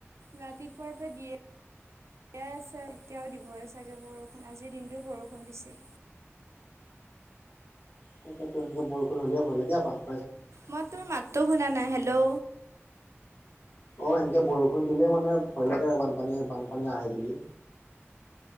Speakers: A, on the right; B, on the left.
A: ৰাতিপুৱাৰ পৰা দিয়ে। দিয়েই আছে এতিয়াও দিবই চাগে বৰষুণ আজিৰ দিনটো বৰষুণ দিছে।
B: তাকে তো এনেকে বৰষুণ হ'লে ভয় লাগে পান।
A: মই তোৰম মাতো শুনা নাই হেল্ল'।
B: অ এনেকে বৰষুণ দিলে মানে ভয়লগে আৰু বানপানী বানপানী আহে বুলি।